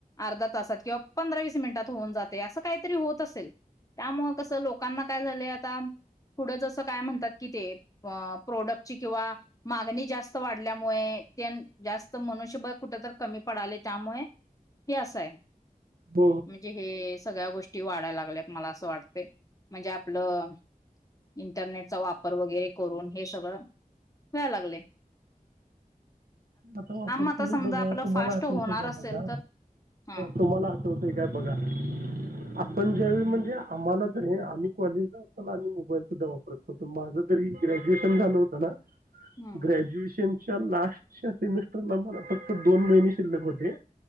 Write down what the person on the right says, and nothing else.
ब
आता वापर
तुम्ही
बघा
तुम्हाला
आठवते
काय
बघा
तुम्हाला आटवत काय बघा आपण ज्यावेळी म्हण णे आम्हाला ज हे आम्ही कॉलेजला असताना मोबाईल सुद्धा वापरत होतो. माझं जरी ग्रॅज्युएशन झाल. होताना
ग्रॅज्युएशनच्या लास्टच्या सेमिस्टरला मला फक्त दोन महिने शिल्लक होते.